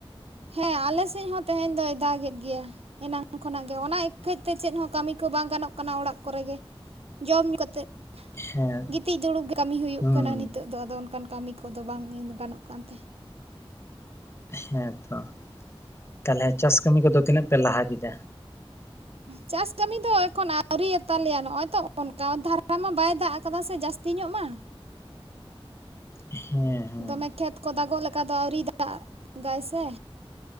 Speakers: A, on the right (about 80°); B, on the left (about 25°).
A: ᱦᱮᱸ ᱟᱞᱮ ᱥᱮᱡ ᱦᱚᱸ ᱛᱮᱦᱮᱧ ᱫᱚᱭ ᱫᱟᱜᱮᱫ ᱜᱮᱭᱟ᱾ ᱮᱱᱟᱝ ᱠᱷᱚᱱᱟᱜ ᱜᱮ ᱚᱱᱟ ᱤᱠᱠᱷᱟᱹᱡ ᱛᱮ ᱪᱮᱫ ᱦᱚᱸ ᱠᱟᱹᱢᱤ ᱠᱚ ᱵᱟᱝ ᱜᱟᱱᱚᱜ ᱠᱟᱱᱟ ᱚᱲᱟᱜ ᱠᱚᱨᱮ ᱜᱮ᱾ ᱡᱚᱢ ᱧᱩ ᱠᱟᱛᱮᱜ
B: ᱦᱮᱸ
A: ᱜᱤᱛᱤᱡ ᱫᱩᱲᱩᱵ ᱜᱮ ᱠᱟᱹᱢᱤ ᱦᱩᱭᱩᱜ
B: ᱦᱩᱸ
A: ᱠᱟᱱᱟ ᱱᱤᱛᱳᱜ ᱫᱚ ᱟᱫᱚ ᱚᱝᱠᱟᱱ ᱠᱟᱹᱢᱤ ᱠᱚᱫᱚ ᱵᱟᱝ ᱜᱟᱱᱚᱜ ᱠᱟᱱᱛᱮ᱾
B: ᱦᱮᱸ ᱛᱚ ᱛᱟᱦᱚᱞᱮ ᱪᱟᱥ ᱠᱟᱹᱢᱤ ᱠᱚᱫᱚ ᱛᱤᱱᱟᱹᱜ ᱯᱮ ᱞᱟᱦᱟ ᱠᱮᱫᱟ?
A: ᱪᱟᱥ ᱠᱟᱹᱢᱤ ᱫᱚ ᱮᱠᱷᱚᱱ ᱟᱹᱣᱨᱤᱭᱟᱛᱟᱞᱮᱭᱟ ᱱᱚᱸᱜ-ᱚᱭ ᱛᱚ ᱚᱝᱠᱟ ᱫᱷᱟᱨᱟ ᱢᱟ ᱵᱟᱭ ᱫᱟᱜ ᱠᱟᱫᱟ ᱥᱮ ᱡᱟᱹᱥ ᱛᱤᱧᱚᱜ ᱢᱟ᱾
B: ᱦᱮᱸ᱾ ᱦᱮᱸ
A: ᱫᱚᱢᱮ ᱠᱷᱮᱛ ᱠᱚ ᱫᱟᱜᱚᱜ ᱞᱮᱠᱟ ᱫᱚ ᱟᱹᱣᱨᱤ ᱫᱟᱜ-ᱜᱟᱭ ᱥᱮ᱾